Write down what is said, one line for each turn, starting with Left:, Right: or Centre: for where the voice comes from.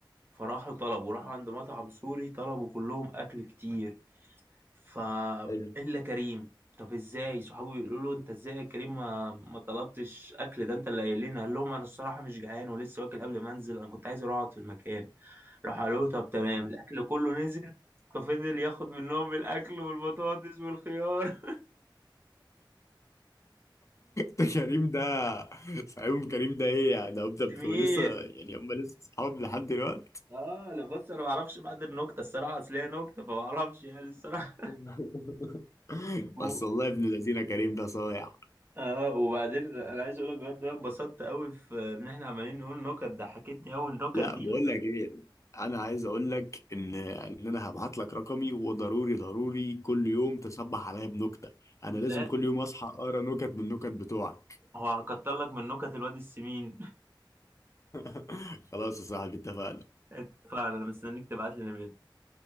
Right: فراحوا طلبوا راحوا عند مطعم سوري طلبوا كلهم أكل كتير ف
Left: حلو
Right: إلا كريم طب إزاي صحابه بيقولوا له أنت إزاي يا كريم ما, ما طلبتش أكل ده أنت اللي قايل لنا قال لهم أنا الصراحة مش جعان ولسه واكل قبل ما أنزل أنا كنت عايز أروح أقعد في المكان راح قالوا له طب تمام الأكل كله نزل ففضل ياخد منهم الأكل والبطاطس والخيار
Left: ده كريم ده فاهم كريم ده ايه يعني ده ده بتبقوا
Right: <laughs> مين
Left: لسه يعني هم لسه اصحاب لحد دلوقتي
Right: اه لا بص انا ما اعرفش بعد النكته الصراحه اصل هي نكته فما اعرفش يعني الصراحه
Left: <laughs>
Right: و...
Left: بس والله ابن الذين كريم ده صايع
Right: اه وبعدين انا عايز اقول لك بجد أنا اتبسطت قوي في ان احنا عمالين نقول نكت ضحكتني قوي النكت
Left: لا
Right: دي
Left: بقول لك ايه انا عايز اقول لك ان ان انا هبعت لك رقمي وضروري ضروري كل يوم تصبح عليا بنكته انا
Right: لا
Left: لازم كل يوم اصحى اقرا نكت من النكت بتوعك
Right: هو هكتر لك من نكت الواد السمين
Left: <laughs> خلاص يا صاحبي اتفقنا
Right: <laughs> فانا مستنيك تبعت لي نبات